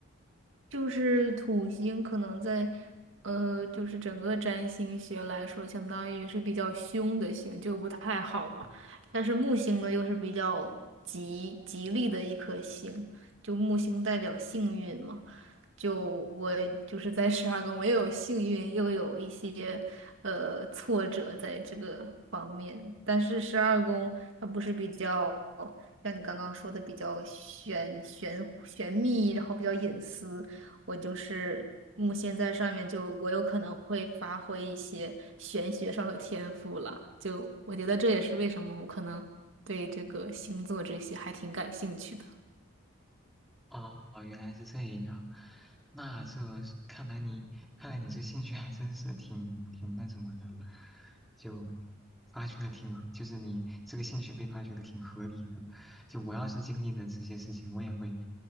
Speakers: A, on the right; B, in the centre.
A: 就是土星可能在，呃，就是整个占星学来说，相当于是比较凶的星，就不太好嘛。但是木星呢，又是比较吉吉利的一颗星，就木星代表幸运嘛。就我就是在十二宫，我又有幸运，又有一些呃挫折在这个方面。但是十二宫它不是比较像你刚刚说的比较玄玄玄秘，然后比较隐私。我就是木星在上面就我有可能会发挥一些玄学上的天赋了，就我觉得这也是为什么我可能对这个星座这些还挺感兴趣的。
B: 哦，哦原来是这样。那这是看来你看来你这兴趣还真是挺挺那什么的，就发掘的挺，就是你这个兴趣被发掘的挺合理的。就我要是经历了这些事情，我也会